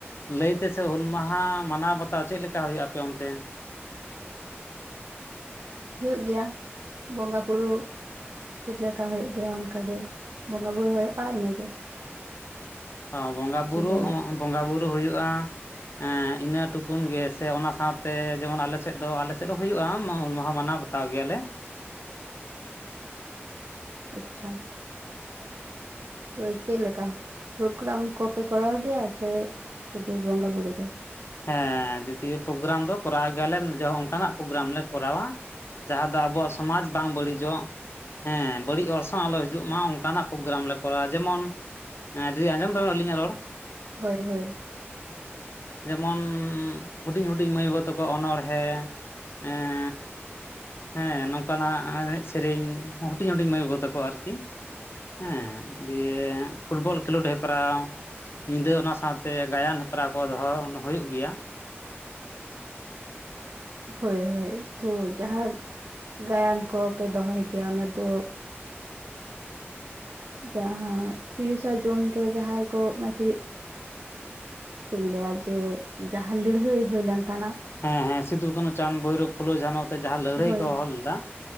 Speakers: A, on the left; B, on the right.
A: ᱞᱟᱹᱭ ᱛᱮ ᱥᱮ ᱦᱩᱞ ᱢᱟᱦᱟ, ᱢᱟᱱᱟᱣ ᱵᱟᱛᱟᱣ ᱪᱮᱫ ᱞᱮᱠᱟ ᱦᱩᱭᱩᱜ ᱟᱯᱮ ᱚᱱᱛᱮ?
B: ᱦᱩᱭᱩᱜ ᱜᱮᱭᱟ ᱵᱚᱸᱜᱟ ᱵᱩᱨᱩ ᱪᱮᱫ ᱞᱮᱠᱟ ᱦᱩᱭᱩᱜ ᱜᱮᱭᱟ ᱚᱱᱠᱟ ᱜᱮ, ᱵᱚᱸᱜᱟ ᱵᱩᱨᱩᱳ ᱦᱩᱭᱩᱜᱼᱟ ᱤᱱᱟᱹᱜ ᱜᱮ᱾
A: ᱦᱚᱸ ᱵᱚᱸᱜᱟ ᱵᱩᱨᱩ
B: ᱫᱚ
A: ᱚᱸᱻ ᱵᱚᱸᱜᱟ ᱵᱳᱩᱨᱩ ᱦᱩᱭᱩᱜᱼᱟ᱾ ᱮᱸᱻ ᱤᱱᱟᱹ ᱴᱩᱠᱩᱱ ᱜᱮ ᱥᱮ ᱚᱱᱟ ᱥᱟᱶᱛᱮ ᱡᱮᱢᱚᱱ ᱟᱞᱮ ᱥᱮᱫ ᱫᱚ ᱟᱞᱮ ᱥᱮᱫ ᱦᱚᱸ ᱦᱩᱭᱩᱜᱼᱟ᱾ᱦᱩᱞ ᱢᱟᱦᱟ ᱢᱟᱱᱟᱣ ᱵᱟᱛᱟᱣ ᱵᱟᱛᱟᱣ ᱜᱮᱭᱟᱞᱮ᱾
B: ᱟᱪᱪᱷᱟ᱾ ᱛᱚ ᱪᱮᱫ ᱞᱮᱠᱟ ᱯᱨᱳᱜᱨᱟᱢ ᱠᱚᱯᱮ ᱠᱚᱨᱟᱣ ᱜᱮᱭᱟ ᱥᱮ ᱥᱩᱫᱩ ᱵᱚᱸᱜᱟ ᱵᱩᱨᱩ ᱜᱮ᱾
A: ᱦᱮᱸ ᱫᱤᱫᱤ ᱯᱨᱳᱜᱨᱟᱢ ᱫᱚ ᱠᱚᱨᱟᱣ ᱜᱮᱭᱟ ᱞᱮ ᱚᱱᱠᱟᱱᱟᱜ ᱯᱨᱳᱜᱨᱟᱢ ᱞᱮ ᱠᱚᱨᱟᱣᱟ᱾ ᱡᱟᱦᱟᱸ ᱫᱚ ᱟᱵᱚᱣᱟᱜ ᱥᱚᱢᱟᱡᱽ ᱵᱟᱝ ᱵᱟᱹᱲᱤᱡᱚᱜ᱾ ᱦᱮᱸ ᱵᱟᱹᱲᱤᱡ ᱚᱨᱥᱚᱝ ᱟᱞᱚ ᱦᱤᱡᱩᱜ ᱢᱟ ᱚᱱᱠᱟᱱᱟᱜ ᱯᱨᱳᱜᱨᱟᱢ ᱞᱮ ᱠᱚᱨᱟᱣᱟ᱾ ᱡᱮᱢᱚᱱ ᱦᱮᱸ ᱫᱤᱫᱤ ᱟᱸᱡᱚᱢ ᱫᱟᱵᱤᱱ ᱟᱹᱧᱟᱜ ᱨᱚᱲ?
B: ᱦᱳᱭ ᱦᱳᱭ
A: ᱡᱮᱢᱚᱱ ᱦᱩᱰᱤᱧ ᱦᱩᱰᱤᱧ ᱢᱟᱹᱭ ᱵᱟᱹᱵᱩ ᱛᱟᱠᱚ ᱚᱱᱚᱬᱦᱮ, ᱸ ᱮᱸᱻ ᱦᱮᱸ ᱱᱚᱝᱠᱟᱱᱟᱜ ᱮᱱᱮᱡ ᱥᱮᱨᱮᱧ ᱦᱩᱰᱤᱧ ᱦᱩᱰᱤᱧ ᱢᱟᱹᱭ ᱵᱟᱹᱵᱩ ᱛᱟᱠᱚᱣᱟ ᱟᱨᱠᱤ᱾ ᱦᱮᱸ ᱫᱤᱭᱮ ᱯᱷᱩᱴᱵᱚᱞ ᱠᱷᱮᱞᱳᱰ ᱦᱮᱯᱨᱟᱣ᱾ ᱧᱤᱫᱟᱹ ᱚᱱᱟ ᱥᱟᱶᱛᱮ ᱜᱟᱭᱟᱱ ᱦᱮᱯᱨᱟᱣ ᱠᱚ ᱫᱚᱦᱚ ᱦᱩᱭᱩᱜ ᱜᱮᱭᱟ᱾
B: ᱦᱳᱭ ᱦᱳᱭ ᱛᱚ ᱡᱟᱦᱟᱸ ᱜᱟᱭᱟᱱ ᱠᱚᱯᱮ ᱫᱚᱦᱚᱭ ᱜᱮᱭᱟ ᱚᱱᱟ ᱫᱚ ᱡᱟᱦᱟᱸᱟᱸ ᱛᱤᱨᱤᱥᱟ ᱡᱩᱱ ᱨᱮ ᱡᱟᱦᱟᱸᱭ ᱠᱚ ᱢᱤᱴᱤᱡ ᱪᱮᱫ ᱤᱧ ᱞᱟᱹᱭᱟ ᱡᱮ ᱡᱟᱦᱟᱸ ᱞᱟᱹᱲᱦᱟᱹᱭ ᱦᱩᱭᱞᱮᱱ ᱛᱟᱦᱮᱱᱟ᱾
A: ᱦᱮᱸ ᱦᱮᱸ ᱥᱤᱫᱩ, ᱠᱟᱹᱱᱦᱩ, ᱪᱟᱸᱫ, ᱵᱭᱨᱳᱵ, ᱯᱷᱩᱞ, ᱡᱷᱟᱱ, ᱛᱚ ᱡᱟᱦᱟᱸ ᱞᱟᱹᱲᱦᱟᱹᱭ
B: ᱦᱳᱭ
A: ᱠᱚ ᱦᱚᱦ ᱞᱮᱫᱟ